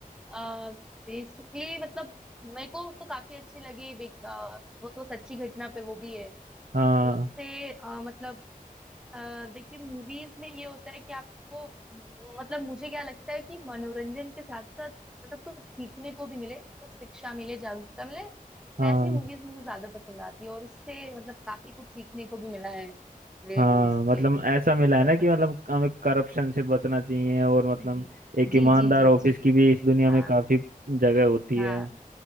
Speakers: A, in the centre; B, on the right (about 75°).
A: आ, बेसिकली मतलब मेरे को तो काफी अच्छी लगी big- अ, वो तो सच्ची घटना पे वो भी है
B: हाँ
A: तो उससे अ, मतलब अ, देखिए मूवीज में ये होता है कि आपको मतलब मुझे क्या लगता है कि मनोरंजन के साथ साथ मतलब कुछ सीखने को भी मिले कुछ शिक्षा मिले जागरूकता मिले तो
B: हाँ
A: ऐसी मूवीज मुझे ज्यादा पसंद आती है और उससे मतलब काफी कुछ सीखने को भी मिला है रेड
B: हाँ
A: से
B: मतलब ऐसा मिला है
A: और
B: ना कि मतलब हमें करप्शन से बचना चाहिए और मतलब
A: जी जी
B: एक
A: जी
B: ईमानदार
A: जी जी
B: ऑफिस
A: जी
B: की भी इस दुनिया
A: हाँ
B: में काफी जगह होती
A: हाँ
B: है